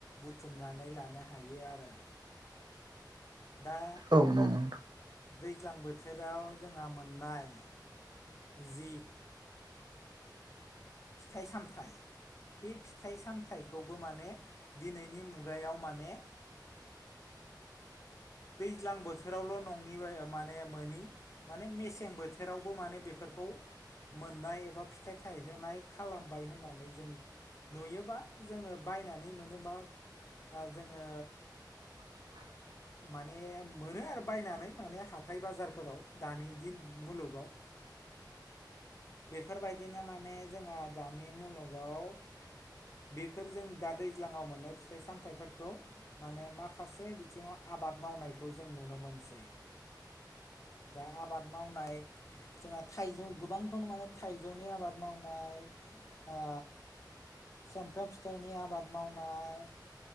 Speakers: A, on the left; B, on the right.
A: बुथुमनानै लानो हायो आरो दा
B: औ नंगौ
A: दैज्लां बोथोराव जोंहा मोननाय जि फिथाइ सामथाइ बे फिथाइ सामथाइखौबो माने दिनैनि मुगायाव माने दैज्लां बोथोरावल' नङि माने मोनि माने मेसें बोथोरावबो माने बेफोरखौ मोननाय एबा बा फिथाइ थायहोनाय खालामबाय होननानै जों नुयोबा जोङो बायनानै मोनोबा जोङो
B: <unintelligible>
A: माने मोनो आरो बायनानै माने हाथाय बाजारफोराव दानि दिन मुलुगाव बेफोरबायदिनो माने जोंङहा दानि मुलुगाव बेफोरजों दा दैज्लाङाव मोननाय फिथाइ सामथाइफोरखौ माने माखासे बिथिङाव आबाद मावनायखौ जों नुनो मोनसै दा आबाद मावनाय जोंहा थाइजौ गोबांखौनो माने थाइजौनि आबाद मावनाय ओ सामफ्राम फिथाइनि आबाद मावनाय